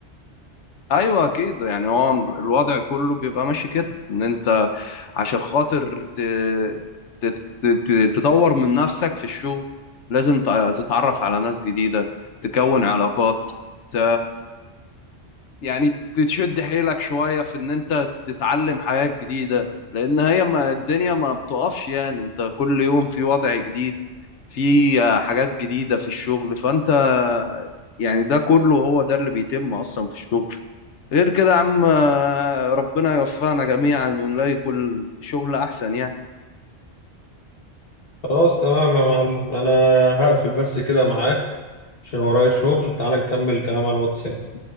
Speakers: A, on the left (about 80°); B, on the left (about 55°).
A: ايوه اكيد يعني هو الوضع كله بيبقى ماشي كده ان انت عشان خاطر ت... تت... تت... تطور من نفسك في الشغل لازم ت- تتعرف على ناس جديدة تكون علاقات ت... يعني تشد حيلك شوية في ان انت تتعلم حاجات جديدة لان هي ما الدنيا ما بتقفش يعني انت كل يوم في وضع جديد في حاجات جديدة في الشغل فانت يعني ده كله هو ده اللي بيتم اصلا في الشغل غير كده يا عم ربنا يوفقنا جميعا ونلاقي كل شغل احسن يعني
B: خلاص تمام يا معلم انا هقفل بس كده معاك عشان ورايا شغل تعال نكمل الكلام على الواتساب